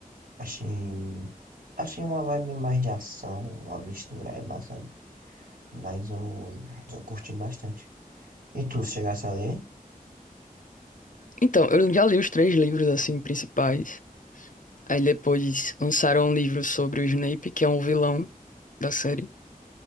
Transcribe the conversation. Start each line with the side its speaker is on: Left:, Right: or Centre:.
Right: achei. Achei uma vibe mais de ação, uma mistura é bastante. Mas eu, eu curti bastante. E tu, se chegasse a ler?
Left: Então, eu já li os três livros, assim, principais. Aí depois lançaram um livro sobre o Snape, que é um vilão da série.